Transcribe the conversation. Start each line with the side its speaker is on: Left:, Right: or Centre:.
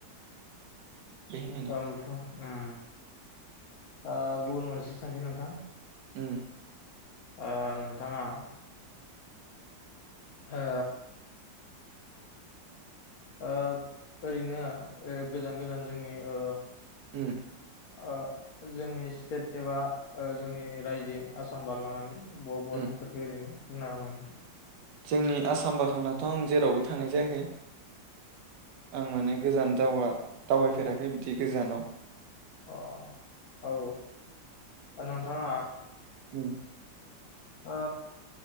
Right: बेहायनो
Left: ओमफ्रा उम ओ गुबुन मोनसे सोंथि नोंथां।
Right: उम।
Left: ओ नोंथाङा ओ ओ ओरैनो ओ गोजान गोजान जोंनि ओ
Right: उम।
Left: ओ जोंनि स्टेट एबा ओ जोंनि रायजो आसाम बारलांनानै बहा बहा
Right: उम
Left: थांफेरखो ओरैनो? बुंना होनो नोंथां।
Right: जोंनि आसाम बारखांनाथ आं जेरावबो थांनाय जायाखै। आं माने गोजान दावा दावबायफेराखै बिदि गोजानाव।
Left: अ औ औ ओ नोंथाङा
Right: उम।
Left: ओ